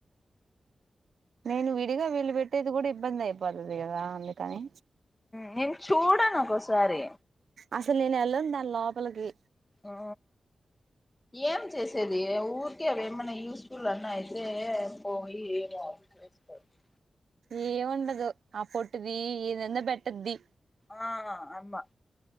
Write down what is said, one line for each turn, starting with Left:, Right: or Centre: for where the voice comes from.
Right: నేను విడిగా వీలు పెట్టేది కూడా ఇబ్బంది అయిపోతుది కదా అందుకని
Left: నేను చూడాను ఒక్కోసారి
Right: అసలు నేను వెళ్ళను దాని లోపలికి
Left: ఆ ఏం చేస్త <unintelligible> ఊరుకే అ ఏమ్మన్నా యూస్ఫుల్ అన్నాయతేే పో ఇదొకటి చేసుకోవచ్చు
Right: ఏంండదు ఆ పొట్ది ఏదన్న పెట్టద్ది
Left: ఆ అమ్మా